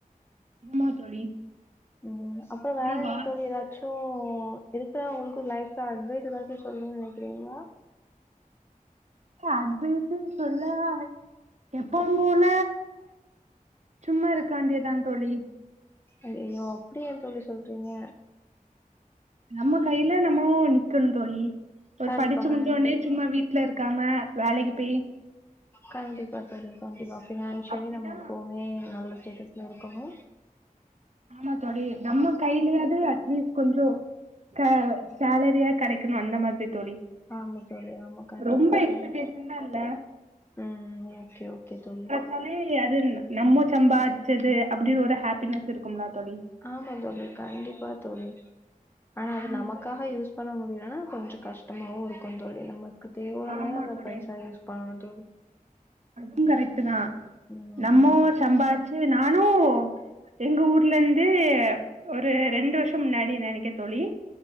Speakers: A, on the right (about 50°); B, on the left (about 15°).
A: ஆமா தோழி
B: ம் அப்புறோ
A: அப்றோ
B: வேற என்ன
A: வா
B: தோழி எதாச்சு தோ இருக்கிற உங்களுக்கு லைஃப்ல அட்வைஸ் எதாவ்து சொல்னு நினைக்கிறீங்களா
A: அட்வைஸ்ன்னு சொல்லே எப்பவு போல சும்மா இருக்க வேண்டியதா தோழி
B: ஐயையோ அப்டியா தோழி சொல்றீங்க
A: நம்ம கையில நம்மோ நிக்கணு தோழி ஒரு
B: கண்டிப்பா
A: படுச்சி முடுஞ்சோனே
B: கண்டிப்பா
A: சும்ம வீட்ல இருக்காம வேலைக்கி பேயி
B: கண்டிப்பா தோழி கண்டிப்பா பினான்சியலி
A: அப்டிதா
B: நம்ம எப்பவுமே நல்ல ஸ்டேட்டஸ் ல ருக்கனோ
A: ஆமா தோழி நம்ம கைலியாது அட்லீஸ் கொஞ்சோ க சேலரியா கெடைக்கணு அந்த மாதிரி தோழி
B: ஆமா தோழி ஆமா கண்டிப்பா
A: ரொம்ப எக்ஸ்பெக்டேஷன்லா
B: தோழி
A: இல்ல
B: ம் ம் ஓகே ஓகே தோழி
A: தலை அது நம்ம சம்பாச்சது அப்டினு ஒரு ஹாப்பினஸ் இருக்கும்லா தோழி
B: ஆமா தோழி கண்டிப்பா தோழி ஆனா அது நமக்காக
A: ம்
B: யூஸ் பண்ண முடியலனா கொஞ்சோ கஷ்டமாவு இருக்கோ தோழி நமக்கு தேவ வுல்லநேரோ
A: ஆமா
B: அந்த
A: தோழி
B: பைசா யூஸ் பண்ணணோ தோழி
A: அதுவு கரெக்ட்டு தா
B: ம். ஆமா
A: நம்மோ
B: தோழி.
A: சம்பார் ரிச்சு நானோ எங்க ஊர்ல இருந்து ஒரு ரெண்டு வருஷ முன்னாடி நெனைக்க தொழி